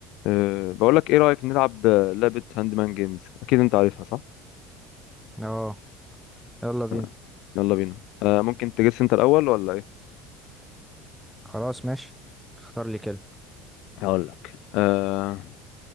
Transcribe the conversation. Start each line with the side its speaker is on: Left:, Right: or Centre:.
Left: أه بقول لك ايه رأيك نلعب آه، لعبة هاند مان جيمز اكيد انت عارفها صح
Centre: اه يلا بينا
Left: أه. يلا بينا أه ممكن تجس انت الاول ولا ايه
Centre: خلاص ماشي اختار لي كلمة
Left: هقول لك أه